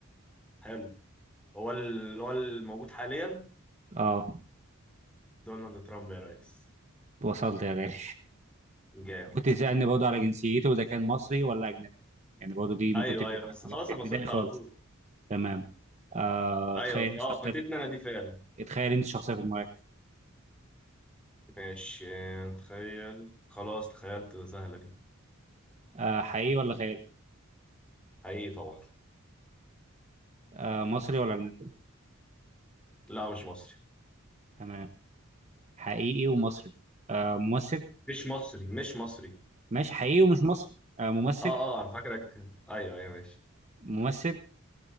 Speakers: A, in the centre; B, on the right (about 35°).
A: حلو هو اللي هو الموجود حاليا
B: اه
A: دونالد ترامب يا ريس
B: وصلت يا غالي
A: جامد
B: كنت تسالني برضه على جنسيته اذا كان مصري ولا اجنبي يعني برضه
A: <laughs>
B: دي ممكن
A: ايوه
B: تفرق
A: ايوه
B: معاك
A: بس
B: ولا
A: خلاص
B: لا في
A: انا
B: البدايه
A: وصلت
B: خالص
A: على طول
B: تمام آه
A: ايوه
B: تخيل انت
A: اه
B: شخصيه
A: فاتتني
B: في...
A: انا دي فعلا
B: تخيل انت شخصيه في دماغك
A: ماشي تخيل خلاص تخيلت سهله دي
B: آه حقيقي ولا خيالي
A: حقيقي طبعا
B: آه مصري ولا اجنبي
A: لا مش مصري
B: تمام حقيقي ومصري آه ممثل
A: مش مصري مش مصري
B: ماشي حقيقي ومش مصري آه ممثل
A: اه اه انا فاكرك ايوه ايوه ماشي
B: ممثل